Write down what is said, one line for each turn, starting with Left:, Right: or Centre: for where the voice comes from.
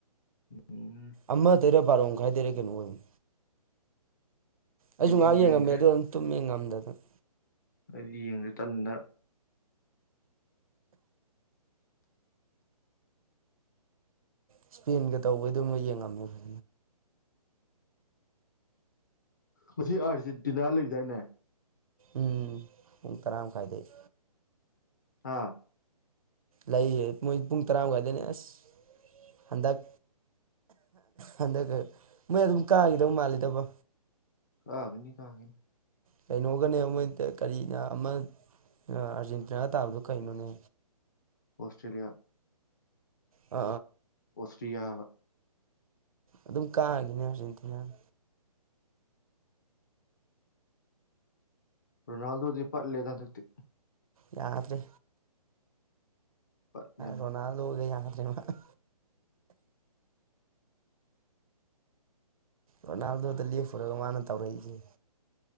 Left: ꯎꯝ
Right: ꯑꯃ ꯇꯔꯥ ꯕꯥꯔꯣ ꯈꯥꯏꯗꯦꯔꯦ ꯀꯩ ꯅꯣ ꯑꯣꯏꯕꯅꯤ ꯑꯩꯁꯨ
Left: ꯑꯩꯗꯤ
Right: ꯉꯥꯏꯍꯥꯛ
Left: ꯌꯦꯡꯗ꯭ꯔꯦ
Right: ꯌꯦꯡꯉꯝꯃꯦ ꯑꯗꯨ ꯑꯗꯨꯝ ꯇꯨꯝꯃꯤ ꯉꯝꯗꯦ ꯂꯧ ꯑꯗꯨ
Left: ꯑꯩꯗꯤ ꯌꯦꯡꯗꯔꯦ ꯇꯟꯗꯅꯥ
Right: ꯏꯁꯄꯦꯟꯒ ꯇꯧꯕꯩꯗꯨꯝꯅ ꯌꯦꯡꯉꯝꯃꯦ ꯐ
Left: ꯃꯁꯤ ꯑꯥꯔꯖꯦꯟꯇꯤꯅꯥ ꯂꯩꯗꯥꯏꯅꯦ
Right: ꯎꯝ ꯄꯨꯡ ꯇꯔꯥ ꯃꯈꯥꯏꯗꯩꯩ
Left: ꯑꯥ
Right: ꯂꯩꯌꯦ ꯃꯣꯏ ꯄꯨꯡ ꯇꯔꯥꯃꯨꯗꯥꯥꯏꯗꯅꯦ ꯑꯁ ꯍꯟꯗꯛ ꯍꯟꯗꯛ ꯃꯣꯏ ꯑꯗꯨꯝ ꯀꯥꯈꯤꯗꯧ ꯃꯥꯜꯂꯤꯗꯕ
Left: ꯀꯥꯒꯅꯤ ꯀꯥꯒꯅꯤ
Right: ꯀꯩꯅꯣꯒꯅꯦ ꯃꯣꯏ ꯀꯔꯤꯅ ꯑꯃ ꯑꯥꯔꯖꯦꯟꯇꯤꯅꯥ ꯇꯥꯕꯗꯣ ꯀꯩꯅꯣꯅꯦ
Left: ꯑꯣꯁꯇ꯭ꯔꯦꯂꯤꯌꯥ
Right: ꯑ
Left: ꯑꯣꯁꯇꯔꯤꯌꯥ ꯕꯥ
Right: ꯑꯗꯨꯝ ꯀꯥꯒꯤꯅꯦ ꯍꯧꯖꯤꯛ ꯏꯇꯤ ꯅꯍꯥꯟ
Left: ꯔꯣꯅꯥꯜꯗꯣ ꯄ ꯂꯩꯗ ꯁꯛꯇꯤ
Right: ꯌꯥꯗ꯭ꯔꯦ
Left: ꯄꯠꯂꯦ ꯃꯥ
Right: ꯔꯣꯅꯥꯜꯗꯣꯒꯦꯍ <unintelligible> ꯔꯣꯅꯥꯜꯗꯣ ꯂ ꯐꯔ ꯃꯥꯅ ꯇꯧꯔꯖ